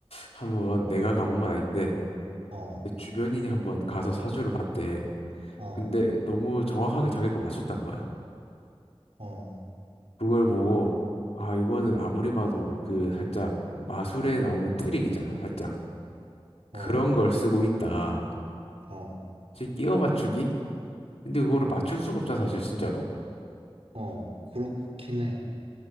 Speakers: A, on the left; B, on the right.
A: 한번 내가 가본 건 아닌데
B: 어,
A: 내 주변인이 한번 가서 사주를 봤대.
B: 어,
A: 근데 너무 정확하게 자기 걸 맞췄다는 거예요.
B: 어,
A: 그걸 보고 아 이거는 아무리 봐도 그 살짝 마술에 나오는 트릭 있잖아. 살짝 그런
B: 어,
A: 걸 쓰고 있다.
B: 어,
A: 이제 끼워 맞추기? 근데 그거를 맞출 수가 없잖아 사실 진짜로.
B: 어, 그렇긴 해.